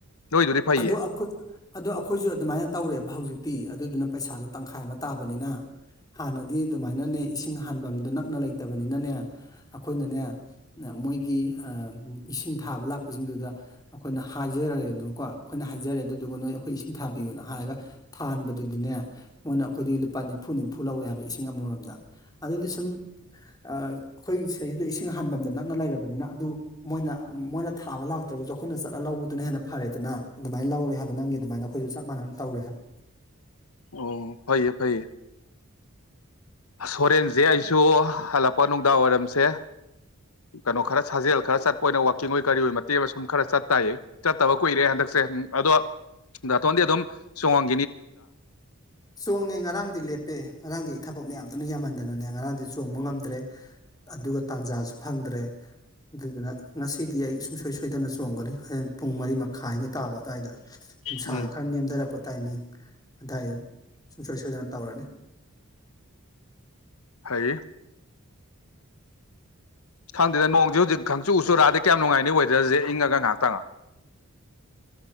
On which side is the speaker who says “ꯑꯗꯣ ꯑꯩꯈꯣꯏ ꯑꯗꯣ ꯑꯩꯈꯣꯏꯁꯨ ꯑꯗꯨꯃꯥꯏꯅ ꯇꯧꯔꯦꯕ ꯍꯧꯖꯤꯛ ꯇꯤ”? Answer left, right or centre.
Left